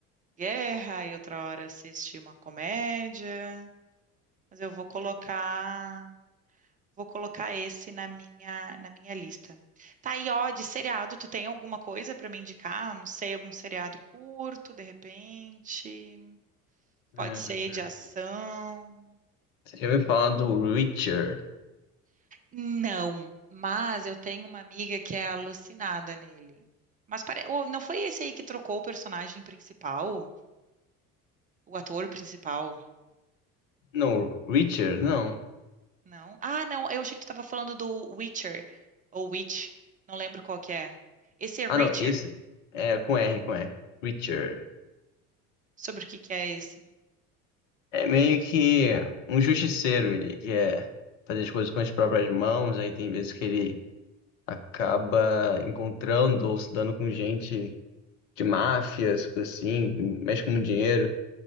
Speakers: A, on the right; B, on the left.
A: guerra e outra hora assiste uma comédia. Mas eu vou colocar Vou colocar esse na minha, na minha lista. Tá, e ó, de seriado, tu tem alguma coisa pra me indicar? Não sei, algum seriado curto, de repente? Pode
B: Hum,
A: ser de ação?
B: você já ouviu falar do Reacher?
A: Não, mas eu tenho uma amiga que é alucinada nele. Mas pare... ô, não foi esse aí que trocou o personagem principal? O ator principal?
B: Não, Reacher, não.
A: Não? Ah, não, eu achei que tu tava falando do Witcher, ou Witch, não lembro qual que é. Esse é
B: Ah,
A: Richard?
B: não, esse é com R, com R. Preacher.
A: Sobre o que que é esse?
B: É meio que um justiceiro, ele quer fazer as coisas com as próprias mãos, aí tem vezes que ele acaba encontrando ou se dando com gente de máfias, coisa assim, mexe com muito dinheiro.